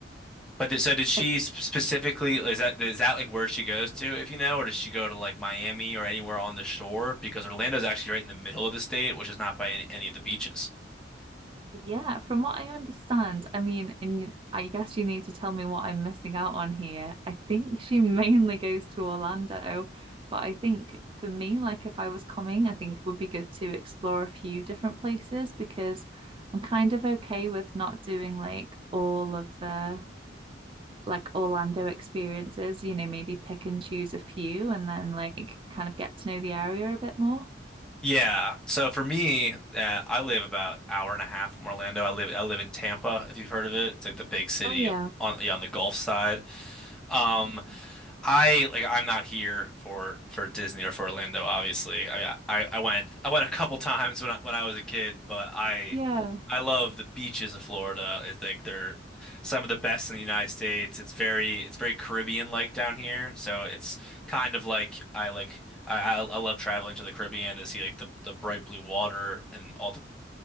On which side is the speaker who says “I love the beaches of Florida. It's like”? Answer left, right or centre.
Centre